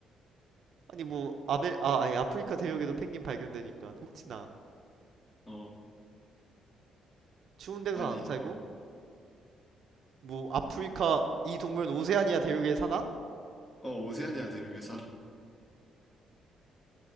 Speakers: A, on the right; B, on the left.
A: 아니 뭐 아메 아 아니 아프리카 대륙에도 펭귄 발견되니까 혹시나
B: <laughs> 어,
A: 추운 데서
B: 아니,
A: 안 살고
B: 어,
A: 뭐 아프리카 이 동물은 오세아니아 대륙에 사나?
B: 어, 오세아니아 대륙에 살아.